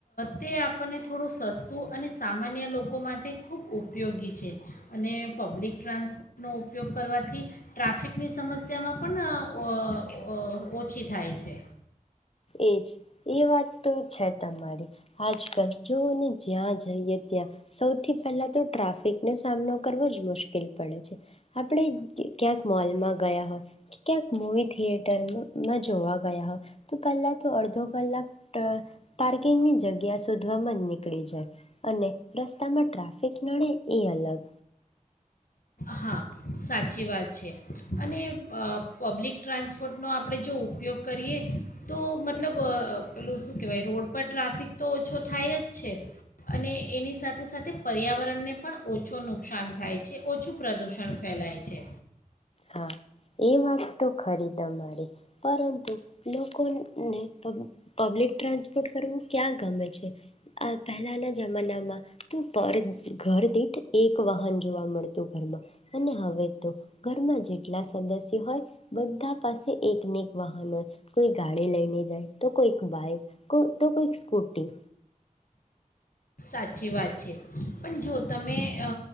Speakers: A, on the left; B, on the left.
A: તે આપણને થોડું સસ્તું અને સામાન્ય લોકો માટે ખૂબ ઉપયોગી છે અને પબ્લિક ટ્રાન્સપોર્ટનો ઉપયોગ કરવાથી. ટ્રાફિકની સમસ્યામાં પણ અ અ ઓછી થાય છે.
B: એજ એ વાત. તો છે તમારી આજકાલ જોઓને જ્યાં જ. જઈએ ત્યાં સૌથી પહેલા તો ટ્રાફિકનો સામનો કરવો જ મુશ્કેલ પડે છે આપણે ક્યાં ક્યાંક મોલમાં ગયા હોય કે ક્યાંક મવી થિયેટરમાં જોવા ગયા હોય. પહેલા તો અડધો કલાક પાર્કિંગની જગ્યા શોધવામાં જ નીકળી જાય અને રસ્તામાં ટ્રાફિક નડે એ અલગ.
A: હા સાચી વાત છે અને અ પબ્લિક ટ્રાન્સપોર્ટનો આપણે જો ઉપયોગ કરીએ તો મતલબ અ પેલું શું કહેવાય રોડ પર ટ્રાફિક તો ઓછો થાય જ છે અને એની સાથે સાથે પર્યાવરણને પણ ઓછું નુકસાન થાય છે ઓછું પ્રદૂષણ ફેલાય છે
B: હા એ વાત તો ખરી તમારી પરંતુ લોકોને પ પબ્લિક ટ્રાન્સપોર્ટ કરવું ક્યાં ગમે છે આ પહેલાના જમાનામાં તો પર ઘર દીઠ એક વાહન જોવા મળતું ઘરમાં અને હવે તો ઘરમાં જેટલા સદસ્ય હોય બધા પાસે એકને એક વાહન હોય કોઈ ગાડી લઈને જાય તો કોઈક બાઈક તો કોઈક સ્કૂટી
A: સાચી વાત છે પણ જો તમે અ